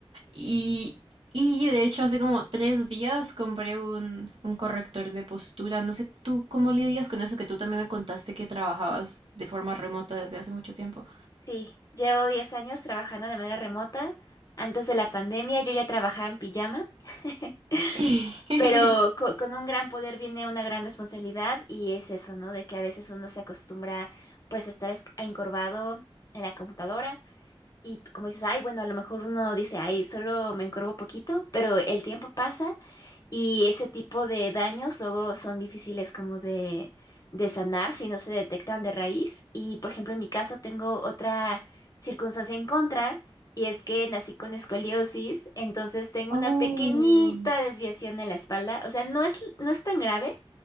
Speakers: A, on the right (about 65°); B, on the left (about 40°).
A: Y, y de hecho hace como tres días compré un, un corrector de postura. No sé, ¿tú cómo lidias con eso? Que tú también me contaste que trabajabas de forma remota desde hace mucho tiempo.
B: Sí, llevo 10 años trabajando de manera remota. Antes de la pandemia yo ya trabajaba en pijama, <laughs>
A: <laughs>
B: pero co- con un gran poder viene una gran responsabilidad y es eso, ¿no? De que a veces uno se acostumbra pues a estar es- encorvado en la computadora y t- como dices, ay, bueno, a lo mejor uno dice, ay, solo me encorvo poquito, pero el tiempo pasa Y ese tipo de daños luego son difíciles como de, de sanar si no se detectan de raíz. Y por ejemplo, en mi caso tengo otra circunstancia en contra y es que nací con escoliosis, entonces tengo
A: Oh,
B: una pequeñita desviación en la espalda. O sea, no es, no es tan grave